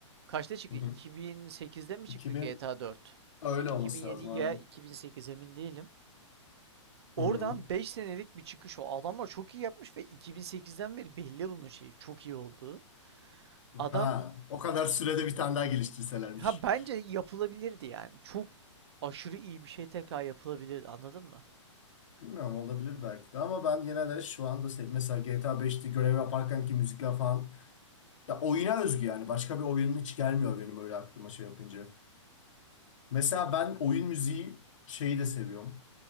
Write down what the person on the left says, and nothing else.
Hı hı.
2000
öyle
olması lazım
hanım.
Hı hı.
Ha, o kadar sürede bir tane daha geliştirselermiş.
Bilmiyorum olabilir belki de ama ben yine de şu anda se- mesela GTA 5'te görev yaparken ki müzikler falan ya oyuna özgü yani başka bir oyunun hiç gelmiyor benim öyle aklıma şey yapınca. Mesela ben oyun müziği şeyi de seviyorum.